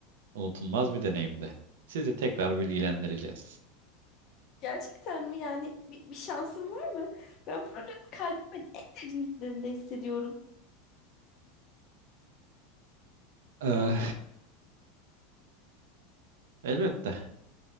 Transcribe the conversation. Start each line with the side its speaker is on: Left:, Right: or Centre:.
Right: unutulmaz bir deneyimdi. Sizi tekrar bilgilendireceğiz.
Left: Gerçekten mi? Yani bir, bir şansım var mı? Ben bunu kalbimin en derinliklerinde hissediyorum.
Right: Eh, elbette.